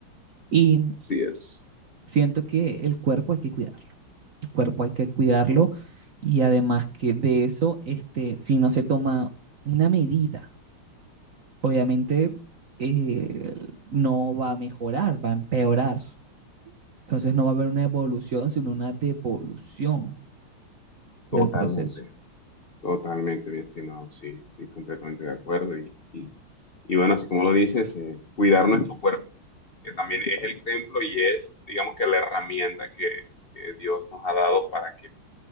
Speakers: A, on the right (about 55°); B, on the left (about 75°).
A: Y
B: Así es,
A: siento que el cuerpo hay que cuidarlo. El cuerpo hay que cuidarlo y además que de eso, este, si no se toma una medida, obviamente eh, no va a mejorar, va a empeorar. Entonces no va a haber una evolución, sino una devolución
B: totalmente,
A: del proceso.
B: totalmente, mi estimado, sí, sí, completamente de acuerdo. Y, y, y bueno, así como lo dices, eh, cuidar nuestro cuerpo, que también es el templo y es, digamos que la herramienta que que Dios nos ha dado para que